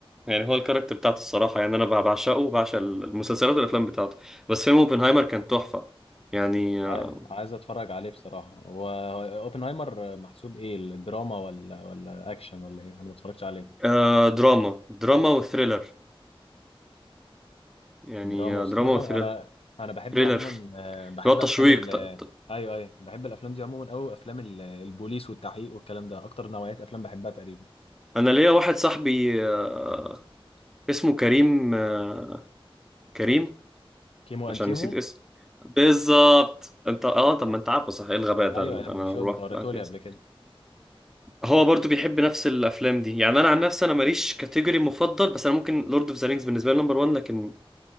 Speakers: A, in the centre; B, on the left (about 80°).
A: يعني هو الكاركتر بتاعته الصراحة يعني أنا بعشقه وبعشق المسلسلات والأفلام بتاعته بس فيلم أوبنهايمر كان تحفة يعني
B: عاي-
A: آه
B: عايز اتفرج عليه بصراحة هو هو اوبنهايمر محسوب ايه الدراما ولا ولا اكشن ولا ايه انا ما اتفرجتش عليه
A: آه، دراما دراما وثريلر يعني
B: دراما
A: آه،
B: وسلرر
A: دراما وثريلر
B: انا انا بحب
A: ثريلر
B: عموما آه، بحب
A: اللي هو تشويق
B: افلام ال
A: ت-
B: آه،
A: ت-
B: ايوه ايوه بحب الافلام دي عموما قوي افلام ال- البوليس والتحقيق والكلام ده اكتر نوعية افلام بحبها تقريبا
A: أنا ليا واحد صاحبي آه، اسمه كريم آه، كريم
B: كيمو
A: عشان
B: انتيمو
A: نسيت اسم بالظبط انت اه طب
B: آه.
A: ما انت عارفه صح ايه الغباء ده
B: ايوه
A: اللي
B: يا ابني
A: انا
B: شو
A: الواحد
B: انت وريتهولي
A: الواحد بينسى
B: قبل كده
A: هو برضو بيحب نفس الافلام دي يعني انا عن نفسي انا ماليش كاتيجوري مفضل بس انا ممكن لورد اوف ذا رينجز بالنسبه لي نمبر 1 لكن